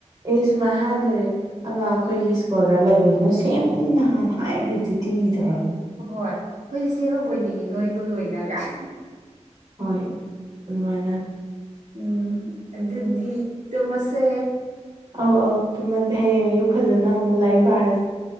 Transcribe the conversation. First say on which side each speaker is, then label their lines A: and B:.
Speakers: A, on the right; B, on the right.
A: ꯑꯩ ꯁꯨꯃꯥꯏ ꯍꯥꯏꯔ ꯂꯣꯏꯔꯦ ꯑꯃ ꯑꯩꯈꯣꯏꯒꯤ ꯏꯁ꯭ꯀꯣꯂꯔ ꯂꯩꯕꯗꯨꯅ ꯁꯦꯝꯕꯅꯤ ꯅꯍꯥꯟ ꯍꯥꯏꯒ꯭ꯔꯗꯨꯗꯤ ꯇꯧꯔ
B: ꯍꯣꯏ ꯍꯣꯏ ꯑꯩꯈꯣꯏꯗꯤ ꯁꯦꯝꯃꯕꯣꯏ ꯅꯤꯡꯉꯤ ꯅꯣꯏꯗꯣ ꯂꯣꯏꯅ ꯒꯥꯏ
A: ꯍꯣꯏ ꯑꯗꯨꯃꯥꯏꯅ
B: ꯎꯝ ꯑꯗꯨꯗꯤ ꯇꯨꯝꯃꯁꯦ
A: ꯑꯧ ꯑꯧ ꯇꯨꯝꯃꯖꯦ ꯍꯌꯦꯡ ꯑꯌꯨꯛ ꯐꯖꯅ ꯑꯃꯨꯛ ꯂꯥꯏꯔꯤꯛ ꯄꯥꯔꯖꯤ